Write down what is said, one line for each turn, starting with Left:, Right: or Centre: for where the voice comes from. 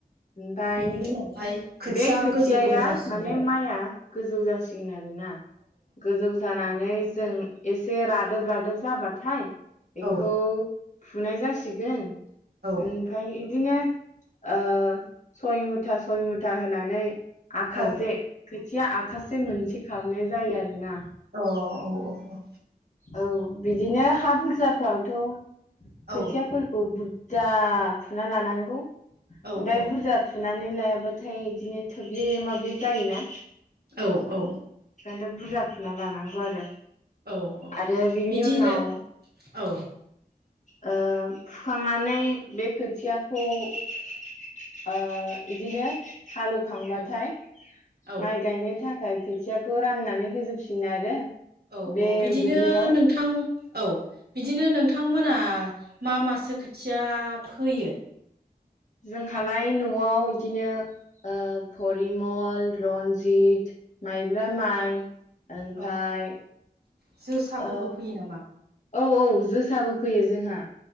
Left: ओमफाय
Right: बिनि उनावहाय खोथिया
Left: बे खोथियाया
Right: गोजौ गोजौ जासिगोन
Left: माने माइआ गोजौ जासिगोन आरो ना। गोजौ जानानै जों एसे रादोब रादोब जाबाथाय बेखौ
Right: अ
Left: फुनाय जासिगोन
Right: अ औ
Left: ओनफाय इदिनो ओ सय मुथा सय मुथा होनानै आखासे
Right: औ औ
Left: खाथिया आखासे मोनसे खालामनाय जायो आरो ना।
Right: अ औ औ औ
Left: औ बिदिनो हा बुरजाफ्रावथ'
Right: औ
Left: खोथियाफोरखौ बुर जा फुना लानांगौ ओमफाय
Right: औ औ
Left: बुरजा फुनानै लायाबा थाय इदिनो थोब्ले माबलि जायोना।
Right: औ औ।
Left: <unintelligible> बुरजा फुना लानांगौ आरो।
Right: औ
Left: आरो बिनि
Right: बिदिनो
Left: उनाव
Right: औ
Left: ओ फुखांनानै बे खोथियाखौ ओ इदिनो हालेवखांबाथाय
Right: औ औ
Left: माइ गायनो थाखाय खोथियाखौ राननानै होजोबफिनो आरो
Right: औ
Left: बे
Right: औ बिदिनो
Left: दुब्लियाव
Right: नोंथां औ बिदिनो नोंथांमोना मा मासो खोथिया फोयो?
Left: जोंहालाय न'आव इदिनो ओ परिमल रन्जित माइब्रा माइ ओनफाय
Right: औ जोसाफोरबो
Left: ओ
Right: फोयो नामा?
Left: औ औ जोसाबो फोयो जोंहा।